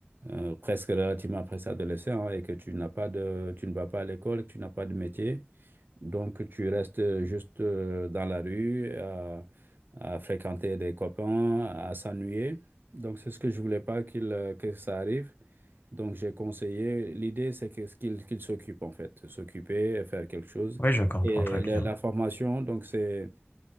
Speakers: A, on the right; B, on the left.
A: euh, presque relativement presque adolescent, hein, et que tu n'as pas de, tu ne vas pas à l'école, que tu n'as pas de métier, donc tu restes juste euh, dans la rue à, à fréquenter des copains, à s'ennuyer. Donc, c'est ce que je voulais pas qu'il, euh, que ça arrive. Donc, j'ai conseillé, l'idée, c'est que, qu'il qu'il s'occupe, en fait, s'occuper, faire quelque chose.
B: Oui, je comprends
A: Et
B: très bien.
A: la, la formation, donc, c'est,